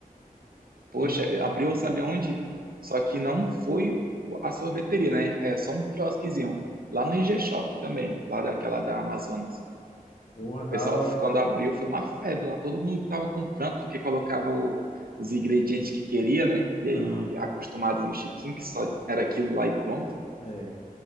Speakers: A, on the right; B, on the left.
A: Poxa,
B: Tu,
A: abriu, sabe onde? Só que não foi o- a sorveteria, né? É só um quiosquezinho, lá no IG Shop também, lá daquela da Amazonas.
B: porra,
A: O
B: da
A: pessoal,
B: hora.
A: quando abriu, foi uma febre lá. Todo mundo estava comprando porque colocava o- os ingredientes que queria, né? E
B: Aham.
A: aí, acostumado no chiquinho, que só era aquilo lá e pronto.
B: é.